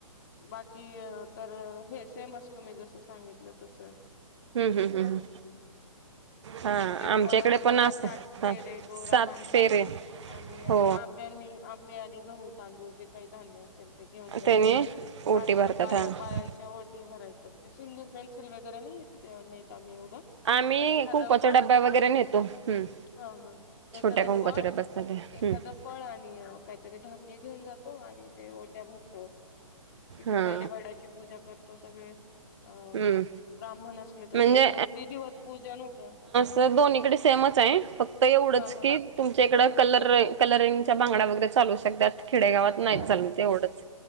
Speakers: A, on the left (about 35°); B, on the right (about 55°).
A: बाकी तर हे सेम असत मी जस सांगितलं तस
B: हम्म हम्म हम्म हम्म. हा
A: तेे
B: आमच्याकडे
A: वाडाला मग
B: पण
A: काय
B: असत
A: साथ फेरे
B: हा
A: दोरा
B: सात
A: बांधून.
B: फेरे
A: आणि अजून
B: हो
A: आंब्यांनी आंबे आणि गहू तांदूळ जे काही धान्य असेल ते घेऊन जायचं
B: त्याने
A: पाच
B: ओटी भरतात
A: स पा
B: हा हम्म.
A: बाळच्या ओटी भरायचं ते सिंदूर पेन्सिल वे वगैरे नाही नता मी एवढं
B: आम्ही
A: पण एखादं
B: कुंकवाचा
A: फळ
B: डब्बा
A: आणि
B: वगैरे नेतो हम्म
A: हा हा एखादं
B: छोट्या कुंकवाच्या
A: फळ
B: डब्यात मध्ये हम्म
A: एखादं फळ आणि काहीतरी धान्य घेऊन जातो आणि ते ओट्या भरतो तिथे
B: हा
A: पहिले वाडाची पूजा करतो सगळे. अ
B: हम्म
A: ब्राह्मण असले तर
B: म्हणजे
A: ते एकदम विधिवत पूजन होतं.
B: तर दोन्हीकडे सेमच आहे फक्त एवढंच
A: हा हा
B: की. तुमच्या इकडं कलर कलरिंगच्या बांगडा वगैरे चालू शकतात. खेडेगावात नाहीत
A: हा
B: चालून
A: हा
B: ते एवढंच